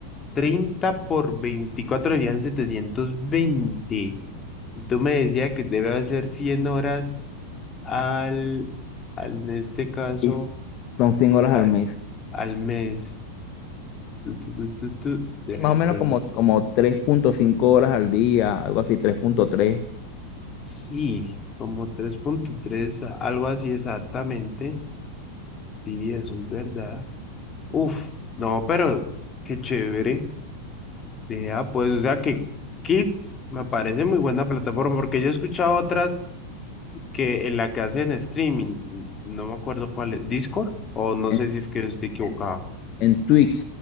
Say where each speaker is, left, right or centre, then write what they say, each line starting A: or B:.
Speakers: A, on the left; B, on the left.
A: 30 por 24 serían 720. Y tú me decías que debe hacer 100 horas al, al en este caso,
B: Y son 5 horas
A: al,
B: al mes.
A: al mes. Tu, tu, tu, tu, tu, deja
B: Sí, más
A: entonces.
B: o menos como, como tres punto cinco horas al día, algo así, 3.3.
A: Sí, como 3.3, a- algo así exactamente. Sí, eso es verdad. Uf, no, pero qué chévere. Vea, pues, o sea que Kids me parece muy buena plataforma porque yo he escuchado otras que en la que hacen streaming, no me acuerdo cuál es, Discord, o no
B: En,
A: sé si es que estoy equivocado.
B: en, en Twitch,